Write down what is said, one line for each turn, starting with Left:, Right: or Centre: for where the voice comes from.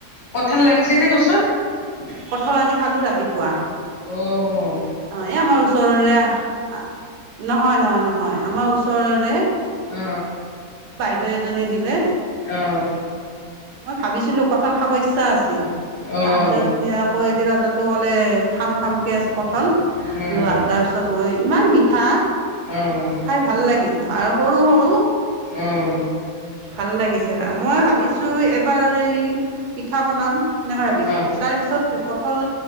Left: কথাৰ লাগি চেনে গছত?
Right: কঁঠাল আজি ৰাতিপুৱা।
Left: অঁ
Right: অ এই আমাৰ ওচৰৰে নহয় নহয় নহয় আমাৰ ওচৰৰে।
Left: অ
Right: দেউ এজনী দিলে।
Left: অহ।
Right: মই ভাবিছিলো কঁঠাল খাব ইচ্ছা আছ ছিল
Left: অ',
Right: তাৰপিছত আকৌ এদিলত তাতো বোলে খাম খামকে আছে কঁঠাল।
Left: উম,
Right: লোৱা তাৰপিছত মই ইমান মিঠা।
Left: অ',
Right: খাই ভাল লাগিল। আৰু সৰু সৰু
Left: উম।
Right: ভাল লাগিছে খাই মই ভাবিছো এবাৰ এই পিঠা বনাম সনেকে ভাবিছো
Left: অ',
Right: তাৰ পিছত কঁঠল